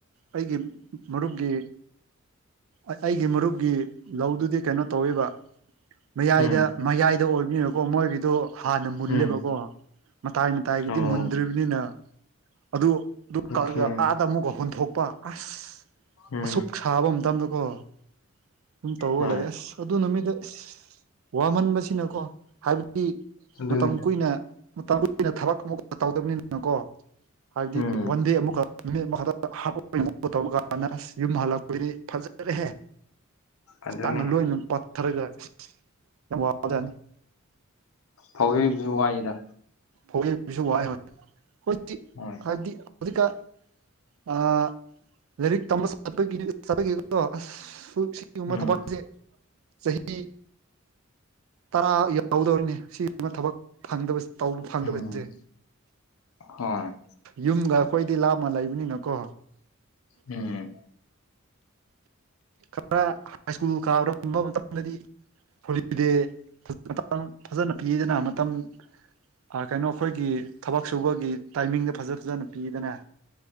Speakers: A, on the right (about 70°); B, on the left (about 80°).
A: ꯑꯩꯒꯤ ꯃꯔꯨꯞꯒꯤ ꯑꯩꯒꯤ ꯃꯔꯨꯞꯀꯤ ꯂꯧꯗꯨꯗꯤ ꯀꯩꯅꯣ ꯇꯧꯋꯦꯕ ꯃꯌꯥꯏꯗ
B: ꯎꯝ
A: ꯃꯌꯥꯏꯗ ꯑꯣꯏꯕꯅꯤꯅꯀꯣ ꯃꯣꯏꯒꯤꯗꯣ ꯍꯥꯟꯅ ꯃꯨꯜꯂꯦꯕꯀꯣ
B: ꯎꯝ
A: ꯃꯇꯥꯏ ꯃꯇꯥꯏꯒꯤꯗꯤ
B: ꯑꯣ
A: ꯃꯨꯟꯗ꯭ꯔꯤꯕꯅꯤꯅ ꯑꯗꯨ ꯑꯗꯨ
B: ꯑꯣꯀꯦ
A: ꯀꯛꯂꯒ ꯑꯃꯨꯛꯀ ꯍꯨꯟꯊꯣꯛꯄ ꯑꯁ
B: ꯎꯝ
A: ꯑꯁꯨꯛ ꯁꯥꯕ ꯃꯇꯝꯗꯀꯣ ꯑꯗꯨꯝ ꯇꯧꯔꯒ
B: ꯍꯣꯏ
A: ꯂꯩꯌꯦ ꯑꯁ ꯑꯗꯨ ꯅꯨꯃꯤꯠꯇꯣ ꯏꯁ ꯋꯥꯃꯟꯕꯁꯤꯅꯀꯣ ꯍꯥꯏꯕꯗꯤ
B: ꯑꯗꯨꯅꯤ
A: ꯃꯇꯝ ꯀꯨꯏꯅ <unintelligible> ꯊꯕꯛ ꯑꯃꯨꯛ ꯇꯧꯗꯕꯅꯤꯅꯀꯣ ꯍꯥꯏꯕꯗꯤ
B: ꯎꯝ
A: ꯋꯥꯟꯗꯦ ꯑꯃꯨꯛꯀ ꯅꯨꯃꯤꯠ ꯑꯃ <unintelligible> ꯌꯨꯝ ꯍꯜꯂꯛꯄꯩꯗꯤ ꯐꯖꯔꯦꯍꯦ
B: ꯑꯗꯨꯅꯤ
A: ꯆꯥꯡꯅ ꯂꯣꯏꯅ ꯄꯥꯊꯔꯒ ꯌꯥꯝ ꯋꯥꯖꯅꯤ꯫
B: ꯍꯧꯖꯤꯛꯁꯨ ꯋꯥꯏꯗ꯫
A: ꯍꯧꯖꯤꯛꯄꯨꯁꯨ ꯋꯥꯏ ꯍꯣꯏ <unintelligible>
B: ꯍꯣꯏ
A: ꯍꯥꯏꯕꯗꯤ ꯍꯧꯖꯤꯛꯀꯥꯟ ꯑ ꯂꯥꯏꯔꯤꯛ ꯇꯝꯕ <unintelligible> ꯑꯁ ꯒꯨꯝꯕ
B: ꯎꯝ
A: ꯊꯕꯛꯁꯦ ꯆꯍꯤ ꯇꯔꯥ ꯌꯧꯗꯧꯅꯦ ꯁꯤ ꯑꯃ ꯊꯕꯛ ꯐꯪꯗꯕꯁꯤ ꯇꯧꯕ ꯐꯪꯗꯕꯁꯦ
B: ꯎꯝ ꯍꯣꯏ
A: ꯌꯨꯝꯒ ꯑꯈꯣꯏꯗꯤ ꯂꯥꯞꯅ ꯂꯩꯕꯅꯤꯅꯀꯣ
B: ꯎꯝ
A: ꯈꯔ ꯍꯥꯏ ꯁ꯭ꯀꯨꯜ ꯀꯥꯔꯝꯕ ꯃꯇꯝꯗꯗꯤ <unintelligible> ꯐꯖꯅ ꯄꯤꯗꯅ ꯃꯇꯝ ꯑꯥ ꯀꯩꯅꯣ ꯈꯣꯏꯒꯤ ꯊꯕꯛ ꯁꯨꯕꯒꯤ ꯇꯥꯏꯃꯤꯡꯗ ꯐꯖ ꯐꯖꯅ ꯄꯤꯗꯅ꯫